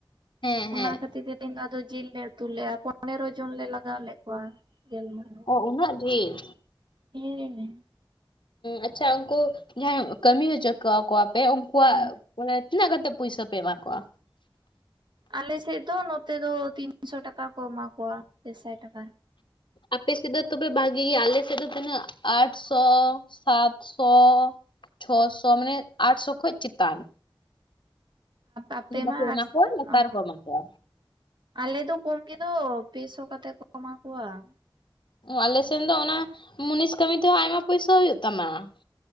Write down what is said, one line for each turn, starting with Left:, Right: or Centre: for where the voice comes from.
Left: ᱦᱮᱸ
Right: ᱚᱱᱟ
Left: ᱦᱮᱸ
Right: ᱠᱷᱟᱹᱛᱤᱨ ᱛᱮ ᱛᱮᱦᱮᱧ ᱫᱚ ᱟᱫᱚ ᱡᱤᱞ ᱞᱮ ᱩᱛᱩ ᱞᱮᱫ-ᱟ ᱯᱚᱱᱮᱨᱚ ᱡᱚᱱ ᱞᱮ ᱞᱟᱜᱟᱣ ᱞᱮᱫ ᱠᱚᱣᱟ ᱜᱮᱞ ᱢᱚᱦ
Left: ᱩᱱᱟᱹᱜ ᱰᱷᱮᱨ
Right: ᱦᱮᱸ ᱦᱮᱸ
Left: ᱟᱪᱪᱷᱟ ᱩᱱᱠᱩ ᱡᱟᱦᱟᱸᱭ ᱠᱟᱹᱢᱤ ᱦᱚᱪᱚ ᱠᱚᱣᱟ ᱯᱮ ᱩᱱᱠᱩᱣᱟᱜ
Right: ᱦᱮᱸ
Left: <unintelligible> ᱛᱤᱱᱟᱹᱜ ᱠᱟᱛᱮ ᱯᱩᱭᱥᱟ ᱯᱮ ᱮᱢᱟ ᱠᱚᱣᱟ
Right: ᱟᱞᱮᱥᱮᱫ ᱫᱚ ᱱᱚᱛᱮ ᱫᱚ ᱛᱤᱱᱥᱚ ᱴᱟᱠᱟ ᱠᱚ ᱮᱢᱟ ᱠᱚᱣᱟ ᱯᱮ ᱥᱟᱭ ᱴᱟᱠᱟ
Left: ᱟᱯᱮ ᱥᱮᱫ ᱫᱚ ᱛᱚᱵᱮ ᱵᱷᱟᱜᱮ ᱜᱮᱭᱟ ᱟᱞᱮ ᱥᱮᱫ ᱫᱚ ᱛᱤᱱᱟᱹᱜ ᱟᱴᱥᱚ ᱥᱟᱛ ᱥᱚ ᱪᱷᱚᱥᱚ ᱢᱟᱱᱮ ᱟᱴᱥᱚ ᱠᱷᱚᱡ ᱪᱮᱛᱟᱱ
Right: ᱟᱯᱮ
Left: ᱵᱟᱠᱚ
Right: ᱢᱟ,
Left: ᱮᱢᱟ ᱠᱚᱣᱟ ᱞᱟᱛᱟᱨ
Right: ᱚ
Left: ᱠᱚ ᱮᱢᱟ ᱠᱚᱣᱟ
Right: ᱟᱞᱮ ᱫᱚ ᱠᱚᱢ ᱜᱮ ᱫᱚ ᱯᱮ ᱥᱚ ᱠᱟᱛᱮ ᱠᱚ ᱮᱢᱟ ᱠᱚᱣᱟ ᱾
Left: ᱟᱞᱮ ᱥᱮᱱ ᱫᱚ ᱚᱱᱟ ᱢᱩᱱᱤᱥ ᱠᱟᱹᱢᱤ ᱛᱮᱦᱚᱸ ᱟᱭᱢᱟ ᱯᱚᱭᱥᱟᱹ ᱦᱩᱭᱩᱜ ᱛᱟᱢᱟ ᱾